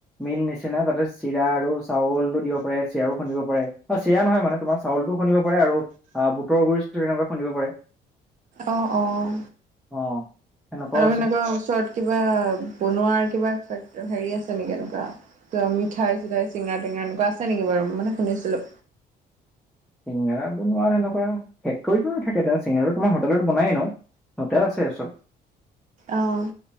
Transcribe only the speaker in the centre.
মিল নিচিনা তাতে চিৰা আৰু চাউলটো দিব পাৰে। চিৰাও খুন্দিব পাৰে অ' চিৰা নহয় মানে তোমাৰ চাউলতো খুন্দিব পাৰে আৰু অহ বুটৰ গুৰি তেনেকুৱা ইয়াৰপৰা খুন্দিব পাৰে।
অ'। সেনেকুৱাও
আছে
চিঙেৰা বনোৱা এনেকুৱা ফেক্টৰিটো নাথাকে চিঙৰাটো মই হোটেলত বনাই ন। হোটেল আছে চব।